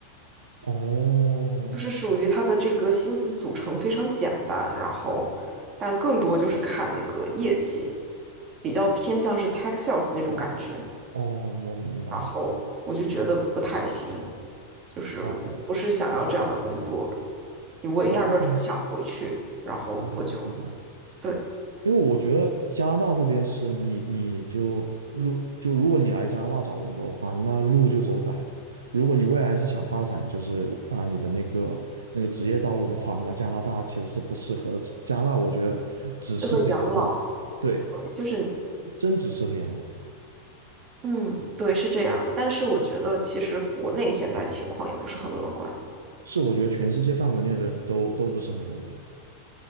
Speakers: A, on the right (about 70°); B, on the right (about 30°).
A: 哦，
B: 就是属于它的这个薪资组成非常简单，然后，但更多就是看那个业绩，比较偏向是 tech sales 那种感觉。
A: 哦，我明白了。
B: 然后我就觉得不太行，就是我不是想要这样的工作，
A: 哦，
B: 我也压根儿就不想回去。
A: 哦
B: 然后我就，
A: 哦，明白了
B: 对，
A: 因为我觉得加拿大这边是你，你就路就如果你来加拿大找工作的话，那路就走窄了。如果你未来是想发展就是啊你的那个那个职业道路的话，那加拿大其实是不适合的加拿大我觉得只适合养老，
B: 这和养老，
A: 对，
B: 对，就是
A: 真只适合养老，
B: 嗯，对，是这样的。但是我觉得，其实国内现在情况也不是很乐观，
A: 是我觉得全世界范围内的都都不是很乐观，